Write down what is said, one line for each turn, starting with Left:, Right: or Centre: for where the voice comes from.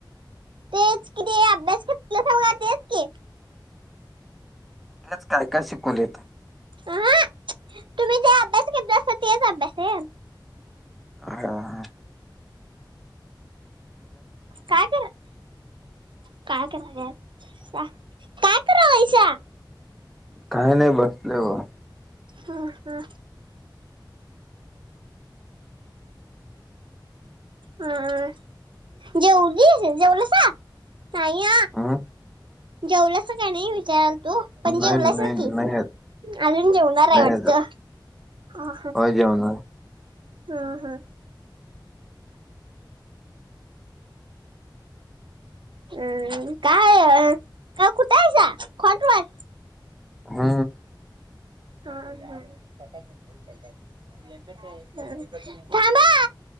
Right: तेच किती अभ्यास सा तेच की
Centre: तेच काय काय शिकवलेत.
Right: अह तुम्ही जे अभ्यास घेतला असता तेच अभ्यास आहे
Centre: हा हा.
Right: काय काय करा काय करालायसा?
Centre: काही नाही बसले बग
Right: हम हा ह जेवलीस जेवलासा नाही
Centre: हम्म
Right: जेवला. अस काही नाही विचारालतो पण जेवलायसा
Centre: नाही नाही
Right: कि
Centre: नाही
Right: अजून जेवणार
Centre: नाही
Right: आहे वाटत
Centre: आज
Right: ह
Centre: होय जेवणार.
Right: हा हा हम् <inaudible> काय का कुठ कूठ आहेसा खाँट वर?
Centre: हा
Right: थांबा